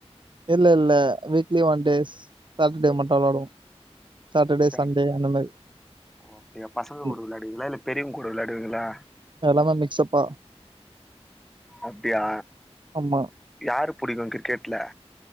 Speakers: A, on the right; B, in the centre.
A: இல்ல இல்ல, வீக்லி ஒன் டேஸ் சாட்டர்டே மட்டு விளாடுவோ சாட்டர்டே
B: சார்
A: சண்டே அந்த மாரி
B: ஓ, அப்டியா பசங்க
A: பண்ணுவோம்.
B: கூட விளாடுவிங்களா? இல்ல பெரியவங்ககூட விளாடுவீங்களா?
A: எல்லாமே மிக்ஸ்ஸப்பா
B: அப்டியா
A: ஆமா
B: யாரு புடிக்கு கிரிக்கெட்ல